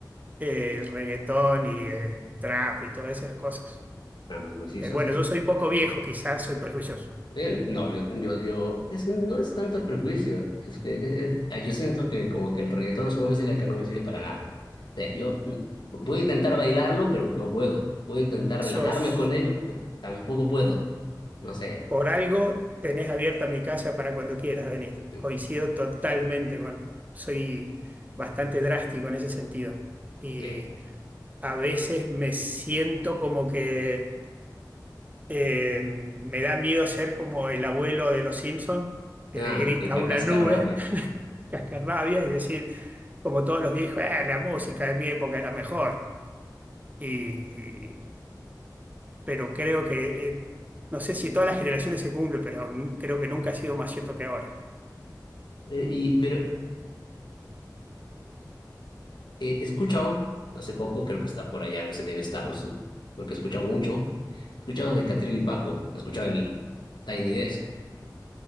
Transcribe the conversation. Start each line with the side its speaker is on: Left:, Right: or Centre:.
Right: eh, El reggaetón y el trap y todas esas cosas.
Left: ah, no, pues sí,
Right: Pero
Left: eso
Right: bueno,
Left: es, es-
Right: yo soy un poco viejo, quizás soy prejuicioso.
Left: eh, no, yo, yo, yo- es que no es tanto prejuicio, es que eh, eh, yo siento que como que el reggaetón es una música que no me sirve para nada. O sea, yo mm, puedo intentar bailarlo, pero no puedo. Puedo intentar relajarme
Right: Sos,
Left: con ello, pero tampoco puedo. No sé.
Right: por algo, tenés abierta mi casa para cuando quieras venir.
Left: mm,
Right: Coincido totalmente con, soy bastante drástico en ese sentido. Y
Left: eh,
Right: a veces me siento como que eh, me da miedo ser como el abuelo de los Simpson, que
Left: Ah,
Right: le grita
Left: qué ca-
Right: a una
Left: cascarrabe.
Right: nube, <laughs> cascarrabias, y decir, como todos los viejos, "Ah, la música de mi época era mejor. y pero creo que, eh, no sé si todas las generaciones se cumple, pero n- creo que nunca ha sido más cierto que ahora.
Left: Eh, y, pero, Eh, he escuchado hace poco, creo que está por allá, se debe estar, no sé, porque he escuchado mucho. He escuchado de Catril y Paco, he escuchado el Tiny Desk.